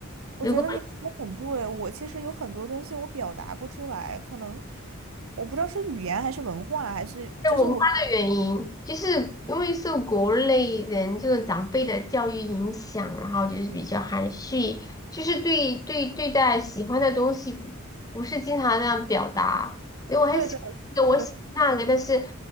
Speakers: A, on the right; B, on the left.
A: 我觉得你说的很对，
B: 如果
A: 我其实有很多东西我表达不出来，可能我不知道是语言还是文化，还是就是我
B: 文化的原因，就是因为受国内人这种长辈的教育影响，然后就是比较含蓄，就是对对对待喜欢的东西不不是经常这样表达。因为我很喜欢这个我喜欢那个，
A: 对的，是的。
B: 但是